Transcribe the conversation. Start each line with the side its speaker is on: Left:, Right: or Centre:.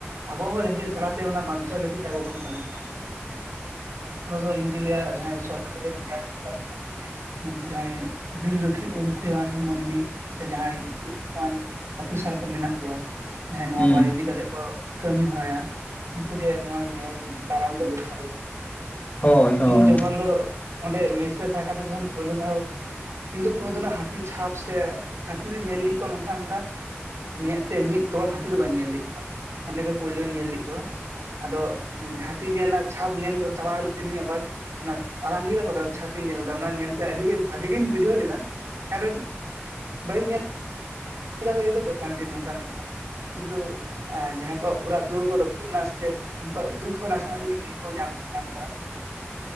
Right: ᱟᱵᱚ ᱦᱚᱸ ᱨᱮᱸᱜᱮᱡ ᱡᱟᱞᱟᱛᱮ ᱚᱱᱟ ᱵᱟᱧᱪᱟᱣ ᱞᱟᱹᱜᱤᱫ ᱛᱮ ᱟᱵᱚ ᱵᱚᱱ ᱠᱟᱹᱢᱤ ᱠᱟᱱᱟ᱾ ᱚᱱᱟ ᱫᱚ ᱤᱧ ᱫᱩᱧ ᱞᱟᱹᱭᱟ ᱡᱟᱦᱟᱸᱭ ᱥᱚᱨᱠᱟᱨ ᱜᱮ ᱫᱷᱮᱭᱟᱱ ᱫᱚᱨᱠᱟᱨ ᱠᱟᱱᱟ᱾ ᱱᱩᱠᱩ ᱡᱟᱦᱟᱸᱭ ᱵᱤᱨ ᱨᱩᱠᱷ ᱨᱩᱠᱭᱟᱹᱣᱟᱱ ᱢᱟᱹᱱᱢᱤ ᱥᱮ ᱡᱟᱦᱟᱸᱭ <unintelligible> ᱚᱯᱤᱥᱟᱨ ᱠᱚ ᱢᱮᱱᱟᱜ ᱠᱚᱣᱟ᱾ ᱡᱟᱦᱟᱸᱭ ᱱᱚᱣᱟ
Left: ᱦᱩᱸ
Right: ᱵᱟᱭ ᱤᱫᱤ ᱠᱟᱛᱮᱜ ᱠᱚ ᱠᱟᱹᱢᱤ ᱦᱚᱨᱟᱭᱟ ᱩᱱᱠᱩᱜᱮ ᱱᱚᱣᱟ ᱧᱮᱞ ᱫᱟᱨᱟᱢ ᱫᱚ ᱫᱚᱨ <unintelligible>
Left: ᱦᱳᱭ ᱦᱳᱭ
Right: ᱤᱧ ᱡᱚᱠᱷᱚᱱ ᱫᱚ ᱚᱸᱰᱮ ᱢᱮᱥ ᱨᱮ ᱛᱟᱦᱮᱸ ᱠᱟᱛᱮᱫ ᱡᱚᱠᱷᱚᱱ ᱯᱳᱭᱞᱳ ᱫᱷᱟᱣ ᱤᱧ ᱫᱚ ᱠᱳᱱᱳ ᱫᱤᱱᱳ ᱦᱟᱹᱛᱤ ᱪᱷᱟᱯ ᱥᱮ ᱦᱟᱹᱛᱤ ᱫᱚᱧ ᱧᱮᱞ ᱞᱮᱫ ᱠᱚᱣᱟ ᱢᱮᱱᱠᱷᱟᱱ ᱚᱱᱠᱟ ᱢᱮᱸᱫ ᱛᱮ ᱢᱤᱫ ᱫᱚᱞ ᱦᱟᱹᱛᱤ ᱫᱚ ᱵᱟᱹᱧ ᱧᱮᱞ ᱞᱮᱫ ᱠᱚᱣᱟ᱾ ᱚᱸᱰᱮᱜᱮ ᱯᱳᱭᱞᱳᱧ ᱧᱮᱞ ᱞᱮᱫ ᱠᱚᱣᱟ ᱟᱫᱚ ᱦᱟᱛᱤ ᱧᱮᱞ ᱪᱷᱟᱯ ᱧᱮᱞ ᱠᱚ ᱪᱟᱞᱟᱣ ᱞᱤᱱᱤᱧ ᱟᱵᱟᱨ ᱚᱱᱟ ᱛᱟᱲᱟᱢ ᱤᱫᱤᱭ ᱫᱟᱠᱚ ᱪᱷᱟᱯᱤᱧ ᱧᱮᱞ ᱞᱮᱫᱟ, ᱚᱱᱟ ᱧᱮᱞᱛᱮ ᱟᱹᱰᱤ ᱵᱷᱟᱜᱮ ᱜᱤᱧ ᱵᱩᱡᱷᱟᱹᱣ ᱞᱮᱫᱟ᱾ ᱠᱟᱨᱚᱱ ᱵᱟᱹᱧ ᱧᱮᱞ <unintelligible> ᱦᱩᱭᱩᱜ ᱠᱟᱱᱟ ᱡᱮ ᱱᱚᱝᱠᱟ ᱢᱤᱫᱴᱟᱝ ᱠᱤᱱᱛᱩ ᱮᱸᱻ ᱡᱟᱦᱟᱸᱭ ᱠᱚᱣᱟᱜ ᱚᱲᱟᱜ ᱫᱩᱣᱟᱹᱨ ᱠᱚ ᱨᱟᱹᱯᱩᱫ ᱱᱟ ᱥᱮᱪᱮᱫ ᱩᱱᱠᱩᱣᱟᱜ ᱫᱩᱠ ᱦᱚᱸ ᱱᱟᱥᱮᱱᱟᱜ ᱛᱮ ᱫᱚ ᱧᱟᱢ ᱟᱠᱟᱫᱟ᱾